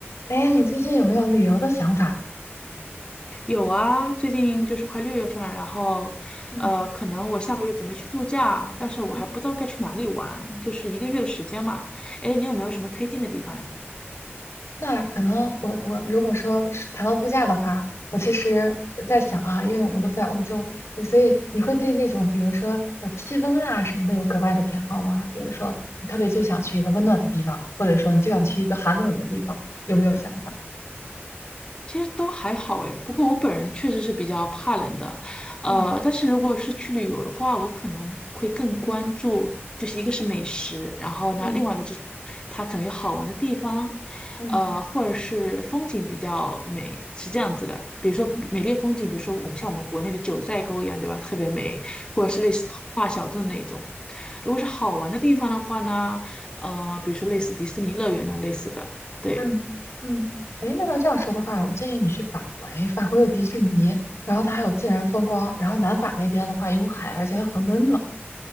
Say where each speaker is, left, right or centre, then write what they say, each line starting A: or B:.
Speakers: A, on the left (about 85°); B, on the left (about 20°).
A: 哎，你最近有没有旅游的想法？
B: 有啊，最近就是快六月份了，然后，
A: 嗯
B: 呃，可能我下个月准备去度假，但是我还不知道该去哪里玩，
A: 嗯
B: 就是一个月的时间嘛。哎，你有没有什么推荐的地方呀？
A: 那可能我我如果说是谈到度假的话，我其实在想啊，因为我们都在欧洲，呃所以你会对那种比如说呃气温啊什么的有格外的偏好吗？比如说你特别就想去一个温暖的地方，或者说你就想去一个寒冷的地方，有没有想法？
B: 其实都还好诶，不过我本人确实是比较怕冷的，呃，
A: 嗯
B: 但是如果是去旅游的话，我可能会更关注，
A: 嗯
B: 就是一个是美食，然后呢，
A: 嗯
B: 另外一个就是它可能有好玩的地方，
A: 嗯
B: 呃，或者是风景比较美，是这样子的。比如说美丽的风景，
A: 嗯
B: 比如说我们像我们国内的九寨沟一样，对吧？特别美，或者是类似童话小镇那一种。
A: 嗯。
B: 如果是好玩的地方的话呢，呃，比如说类似迪士尼乐园那种类似的，对，
A: 嗯嗯，哎，那要这样说的话，我建议你去法国。哎，法国有迪士尼，然后它还有自然风光，然后南法那边的话有海，而且很温暖。嗯